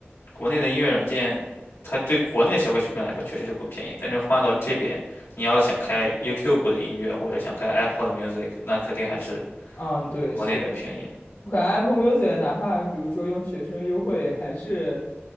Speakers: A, on the left (about 90°); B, on the left (about 55°).
A: 国内的音乐软件，它对国内的消费水平来说确实是不便宜，但是换到这边，你要想开 YouTube 的音乐或者想开 Apple 的 Music，那肯定还是
B: 嗯，对，
A: 国内的便宜。
B: 是。我感觉 Apple Music 哪怕比如说用学生优惠，还是